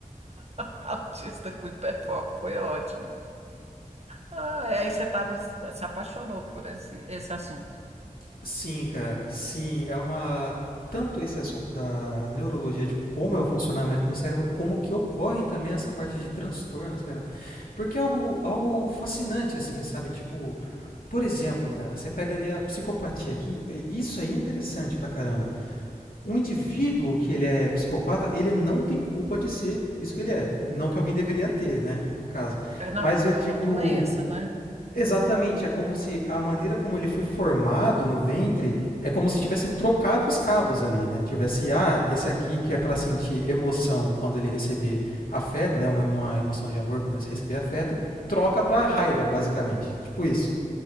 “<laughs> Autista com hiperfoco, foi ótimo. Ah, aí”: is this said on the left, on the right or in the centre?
Right